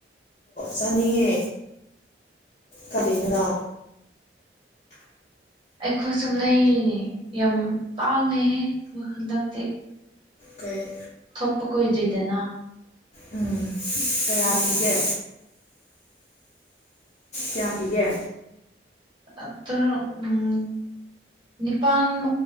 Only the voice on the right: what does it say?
ꯑꯩꯈꯣꯏ ꯁꯨ ꯂꯩꯔꯤꯅꯦ ꯌꯥꯝ ꯇꯥꯡꯉꯦꯍꯦ ꯍꯟꯗꯛꯇꯤ
ꯊꯣꯛꯄ ꯀꯨꯏꯗ꯭ꯔꯤꯗꯅ
ꯑꯗꯨꯗꯨꯒꯤ
ꯑꯗꯨꯔꯣ ꯎꯝ ꯅꯤꯄꯥꯜ